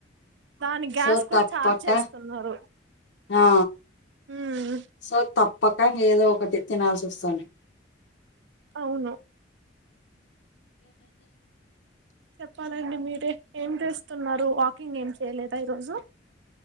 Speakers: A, on the right (about 70°); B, on the left (about 70°).
A: దాని గ్యాస్
B: సో
A: కూడా
B: తప్పక
A: చార్జ్ చేస్తున్నారు
B: ఆ
A: మ్మ్
B: సో తప్పక ఏదో ఒకటి తినాల్సి వస్తుాను
A: అవును చెప్పాలండి మీరే ఏం చేస్తున్నారు కుకింగ్ ఏం చేయలేదా ఈరోజు